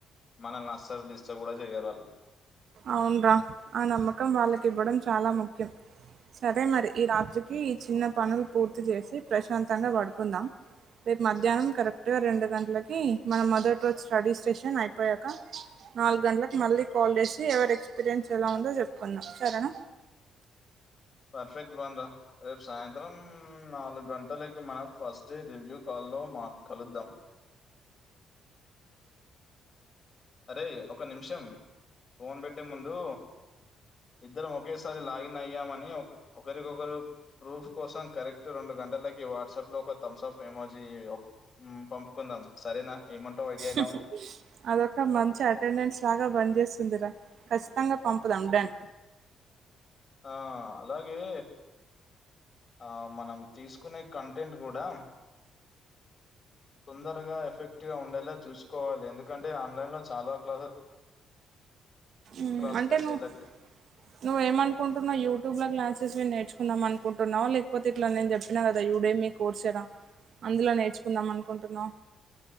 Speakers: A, on the left; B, on the right.
A: మనల్ని అసలు డిస్టర్బ్ కూడా చేయ్యరు వాళ్ళు
B: అవును రా ఆ నమ్మకం వాళ్ళకి ఇవ్వడం చాలా ముఖ్యం సరే మరి ఈ రాత్రికి ఈ చిన్న పనులు పూర్తి చేసి ప్రశాంతంగా పడుకుందాం రేపు మధ్యాహ్నం కరెక్ట్గా రెండు గంటలకి మనం మొదటి రోజు స్టడీ స్టేషన్ అయిపోయాక నాలుగు గంటలకు మళ్ళీ కాల్ చేసి ఎవరి ఎక్స్పీరియన్స్ ఎలా ఉందో చెప్పుకుందాం సరేనా
A: పఫెక్ట్ బాందా రేపు సాయంత్రం నాలుగు గంటలకి మనం ఫస్ట్ డే రివ్యూ కాల్ లో మా కలుద్దాం అరే ఒక నిమిషం ఫోన్ పెట్టే ముందు ఇద్దరం ఒకేసారి లాగిన్ అయ్యామని ఒక్ ఒకరికొకరు ప్రూఫ్ కోసం కరెక్ట్ రెండు గంటలకి వాట్సాప్ లో ఒక థమ్సాప్ ఎమోజి ఓప్ ఉ పంపుకుందాం సరేనా ఏమంటావు ఐడియా ఎలా
B: ఆ
A: ఉంది
B: అదొక మంచి అటెండెన్స్ లాగా బంద్ చేస్తుందిరా ఖచ్చితంగా పంపుదాం డన్
A: ఆ అలాగే ఆ మనం తీసుకునే కంటెంట్ కూడా తొందరగా ఎఫెక్ట్ గా ఉండేలా చూసుకోవాలి ఎందుకంటే ఆన్లైన్ లో చాలా క్లాస్
B: ఉ
A: క్లాసెస్
B: అంటే నువ్ నువ్వ ఏం అనుకుంటన్నా యూట్యూబ్ లో క్లాసెస్వి నేర్చుకుందాం అనుకుంటున్నా లేకపోతే ఇట్లా నేను చెప్పినా కదా యు డే మీ కోర్సు ఏరా అందులో నేర్చుకుందాం అనుకుంటున్నా